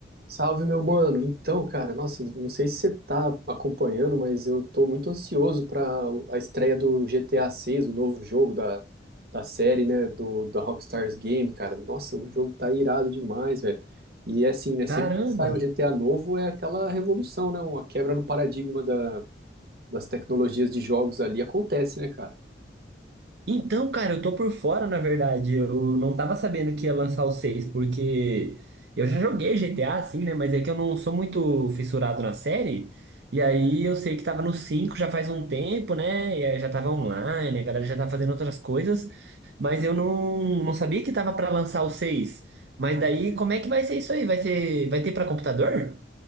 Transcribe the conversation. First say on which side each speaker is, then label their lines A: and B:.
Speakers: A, on the right; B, on the right.
A: Salve, meu mano. Então, cara, nossa, não sei se você tá acompanhando, mas eu tô muito ansioso para a estreia do GTA 6, o novo jogo da, da série, né, do da Rockstar Game, cara. Nossa, o jogo tá irado demais, velho. E é assim, né, sempre
B: Caramba!
A: que sai um GTA novo é aquela revolução, né, uma quebra no paradigma da, das tecnologias de jogos ali acontece, né, cara?
B: Então, cara, eu tô por fora, na verdade. Eu não tava sabendo que ia lançar o seis, porque eu já joguei GTA, assim, né? Mas é que eu não sou muito fissurado na série. E aí eu sei que tava no 5 já faz um tempo, né? E aí já tava online, a galera já tá fazendo outras coisas. Mas eu não, não sabia que tava pra lançar o seis. Mas daí, como é que vai ser isso aí? Vai ser, vai ter pra computador?